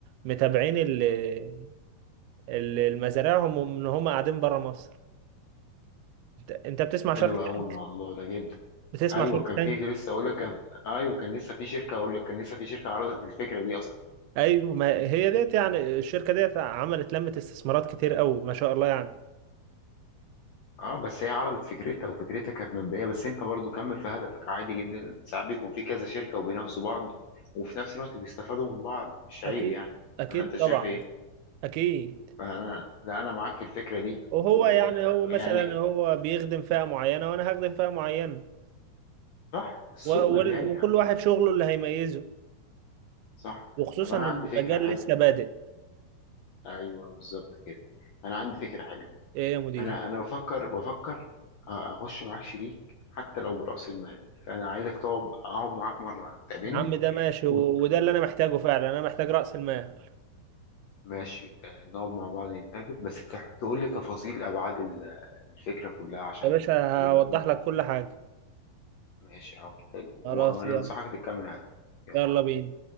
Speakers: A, on the right; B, on the left.
A: متابعين ال ال- المزارعهم وان هم قاعدين بره مصر انت أنت بتسمع شارك
B: حلو قوي
A: تانك
B: الموضوع ده جدا
A: بتسمع
B: ايوه
A: شارك
B: كان
A: تانك
B: في لسه اقول لك كان ايوه كان لسه في شركه اقول لك كان لسه في شركه عرضت الفكره دي اصلا
A: ايوه ما هي ديت يعني الشركه ديت عملت لمة استثمارات كتير قوي ما شاء الله يعني
B: اه بس هي عرضت فكرتها وفكرتها كانت مبدئيه بس انت برضو كمل في هدفك عادي جدا ساعات بيكون في كذا شركه وبينافسوا بعض وفي نفس الوقت بيستفادوا من بعض مش
A: اكيد
B: عيب يعني
A: اكيد
B: ولا انت
A: طبعا
B: شايف ايه
A: اكيد
B: انا لا انا معاك في الفكره دي
A: وهو
B: ويعني
A: يعني هو مثلا هو بيخدم فئة معينة وانا هخدم فئة معينة
B: صح السوق
A: و- وال-
B: مليان يا
A: وكل
B: عم
A: واحد شغله اللي هيميزه
B: صح
A: وخصوصا
B: طب انا
A: المجال
B: عندي فكره حلوه
A: لسه بادئ
B: ايوه بالظبط كده انا عندي فكره حلوه
A: ايه يا مدير
B: انا انا بفكر بفكر اخش معاك شريك حتى لو براس المال فانا عايزك تقعد اقعد معاك مره تقابلني
A: يا عم ده ماشي و-
B: وت-
A: وده اللي انا محتاجه فعلا انا محتاج رأس المال
B: ماشي آه، نقعد مع بعض نتقابل بس تح- تقول لي تفاصيل ابعاد ال- الفكره كلها عشان
A: يا باشا
B: يبقى
A: هوضح
B: ممكن
A: لك كل حاجة
B: ماشي عقد حلو وانا
A: خلاص يلا
B: انصحك تكمل هدفك يلا
A: يلا بينا